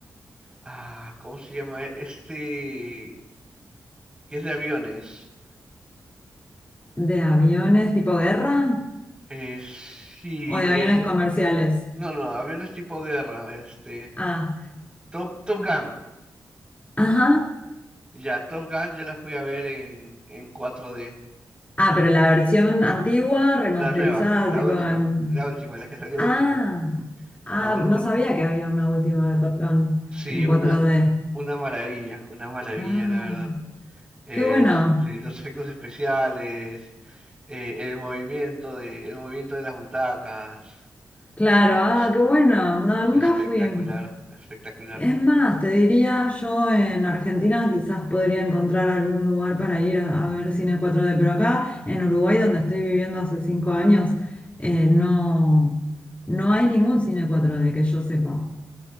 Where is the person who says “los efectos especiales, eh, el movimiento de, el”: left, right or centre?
Right